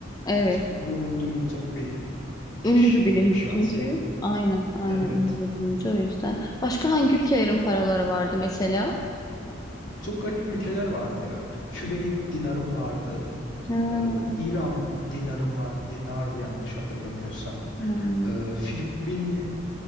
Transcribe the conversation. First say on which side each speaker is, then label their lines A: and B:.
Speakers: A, on the left; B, on the left.
A: Evet.
B: Çünkü gurur duyulacak bir kişilik,
A: Ünlü bir bilimci
B: bir şahsiyet.
A: çünkü. Aynen, aynen
B: Evet.
A: ünlü bir bilimci o yüzden. Başka hangi ülkelerin paraları vardı mesela?
B: Çok garip ülkeler vardı ya. Küveyt dinarım vardı.
A: Ha,
B: Ee, İran dinarım vardı. Dinardı yanlış hatırlamıyorsam.
A: hmm.
B: Ee, Filipin